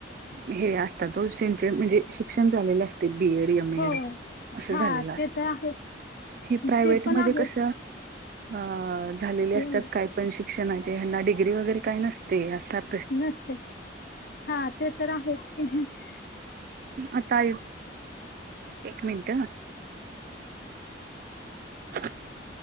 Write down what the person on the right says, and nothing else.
हे असतात तो त्यांचे म्हणजे शिक्षण झालेले असते बीएड एम
एड अस
झालेलं अस
हे प्रायवेट
मधे
कस अ झालेली असतात
काय पण शिक्षणाचे ह्यांना डिग्री वगैरे काही नसते असतात
आता एक मिनट आ <inaudible>